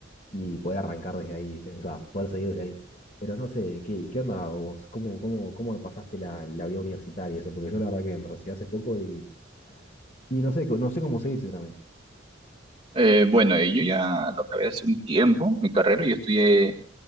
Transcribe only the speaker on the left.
y poder arrancar desde ahí, ¿viste? O sea, poder seguir desde ahí. Pero no sé, ¿qué, qué onda vos? ¿Cómo, cómo, cómo pasaste la, la vida universitaria y eso? Porque yo la verdad que me recibí hace poco y, y no sé, co- no sé cómo seguir, sinceramente.